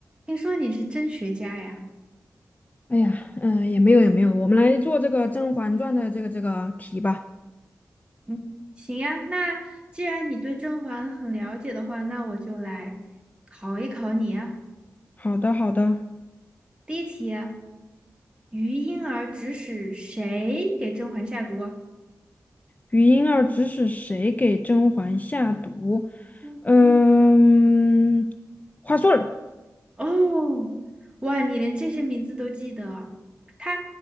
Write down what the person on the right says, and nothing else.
听说你是真学家呀？
嗯，行呀，那既然你对甄嬛很了解的话，那我就来考一考你呀。
第一题啊，于莺儿指使谁给甄嬛下毒啊
嗯，
哦，哇，你连这些名字都记得啊？她